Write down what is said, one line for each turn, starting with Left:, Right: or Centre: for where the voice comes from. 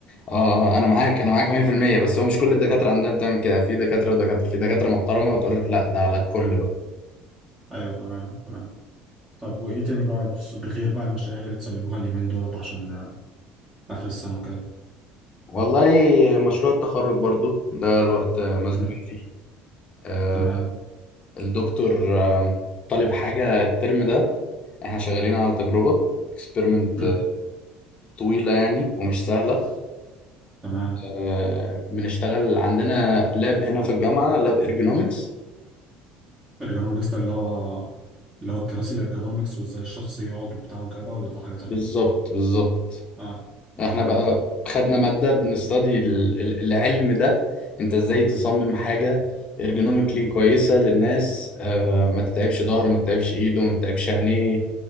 Left: اه آه، انا معاك انا معاك 100% بس هو مش كل الدكاترة عندها بتعمل كده في دكاترة ودكاترة في دكاترة محترمة وتقول لك لا ده على الكل بقى.
Right: ايوه تمام تمام طب وايه تاني بقى بخص- بغير بقى المشاريع اللي بتسلموها اليومين دولت عشان آه، اخر السنه وكده
Left: والله مشروع التخرج برضو ده الوقت مزنوقين
Right: امم
Left: فيه آه،
Right: تمام
Left: الدكتور آه، طالب حاجة الترم ده احنا شغالين على تجربة اكسبيرمنت
Right: امم
Left: طويلة يعني ومش سهلة
Right: تمام
Left: آه، بنشتغل عندنا لاب هنا في الجامعة لاب ارجونومكس
Right: الارجونومكس ده اللي هو اللي هو الكراسي الارجونومكس وازاي الشخص يقعد وبتاع وكده ولا ده حاجه تانية
Left: بالظبط بالظبط
Right: اه
Left: احنا
Right: تمام
Left: بقى خدنا مادة بنستدي ال- ال- العلم ده انت ازاي تصمم حاجة ارجونوميكلي كويسة للناس آه، ما تتعبش ظهره ما تتعبش ايده ما تتعبش عينيه